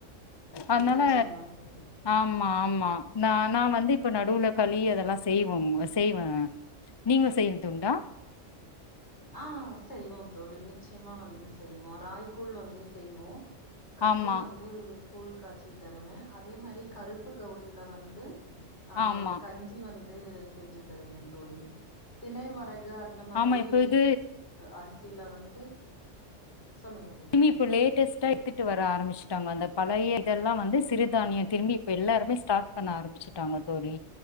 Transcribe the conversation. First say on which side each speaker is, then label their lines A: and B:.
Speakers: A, on the left (about 35°); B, on the left (about 60°).
A: அதனால
B: நிச்சயமா தோழி
A: ஆமா ஆமா நா நா வந்து இப்ப நடுல களி அதெல்லா செய்வம் செய்வே நீங்க செய்றதுண்டா
B: ஆ செய்வோ தோழி நிச்சயமா வந்து செய்வோ ராகிகூழ் வந்து செய்வோ கம்பு
A: ஆமா
B: வந் து கூழ்க்காச்சி தருவே அதே மாரி கருப்பு கவுளில வந்து ஆ
A: ஆமா
B: கஞ்சி வந்து செஞ்சு தருவே தோழி தினை வரகு அந்த மாதிரி
A: ஆமா இப்ப இது
B: அரிசில வந்து சொல்லுங்க தோழி
A: <unintelligible> இப்ப லேட்டஸ்ட்டா எ டுத்துட்டு வர ஆரம்பச்சுட்டாங்க அந்த பழைய இதெல்லா வந்து சிறுதானிய திரும்பி இப்ப எல்லாருமே ஸ்டார்ட் பண்ண ஆரம்பிச்சுட்டாங்க தோழி